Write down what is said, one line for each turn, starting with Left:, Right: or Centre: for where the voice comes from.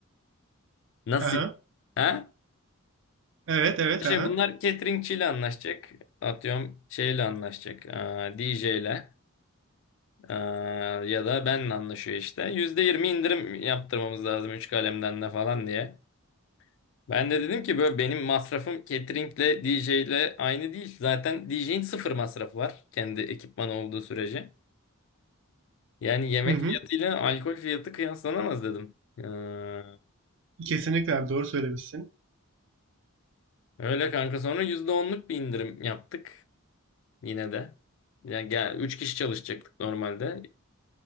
Left: Nasıl?
Right: Aha.
Left: Ha?
Right: Evet evet aha.
Left: Şey bunlar cateringçiyle anlaşacak. Atıyorum şeyle anlaşacak. eee, DJ ile eee, ya da benle anlaşıyor işte. %20 indirim yaptırmamız lazım 3 kalemden de falan diye. Ben de dedim ki böyle benim masrafım cateringle DJ ile aynı değil. Zaten DJ'in sıfır masrafı var. Kendi ekipmanı olduğu sürece. Yani yemek
Right: Hı hı.
Left: fiyatıyla alkol fiyatı kıyaslanamaz dedim. Ee,
Right: Kesinlikle abi doğru söylemişsin.
Left: öyle kanka sonra yüzde onluk bir indirim yaptık yine de. Yani gel, 3 kişi çalışacaktık normalde.